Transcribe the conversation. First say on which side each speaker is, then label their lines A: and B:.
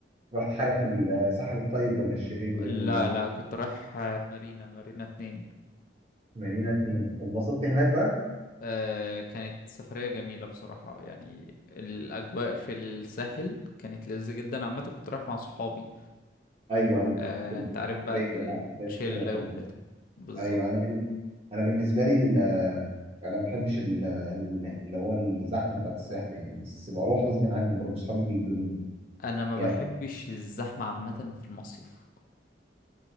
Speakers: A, on the right; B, on the left.
A: رحت حاجه في الساحل الطيب ولا الشرير زي
B: لا
A: ما بيقولوا
B: لا كنت رايح آه، مارينا مارينا اتنين
A: مارينا اتنين اتبسطت هناك بقى
B: آه كانت سفرية جميلة بصراحة يعني الأجواء في الساحل كانت لذيذة جدا عامة كنت رايح مع صحابي
A: ايوه أيوة.
B: آه
A: كده
B: أنت عارف بقى
A: زي ما-
B: الشلة
A: كده كده
B: وكده بالظبط
A: ايوه انا بن... انا بالنسبه لي ال... انا ما بحبش ال... ال- اللي هو الزحمه بتاعت الساحل يعني بس بروح غصب عني برضه اصحابي بيجبروني
B: أنا ما
A: يعني
B: بحبش
A: ما
B: الزحمة عامة في المصيف